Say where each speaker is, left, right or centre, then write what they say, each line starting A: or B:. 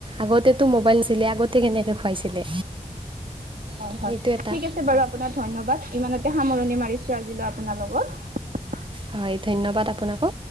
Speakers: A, on the right; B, on the right.
A: আগতেটো মোবাইল নাছিলে, আগতে কেনেকে খুৱাইছিলে?
B: হয়
A: তো
B: হয়
A: সেইটো এটা
B: ঠিক আছে বাৰু আপোনাৰ ধন্যবাদ ইমানতে সামৰণি মাৰিছো আজিলৈ আপোনাৰ লগত
A: হয় ধন্যবাদ আপোনাকো।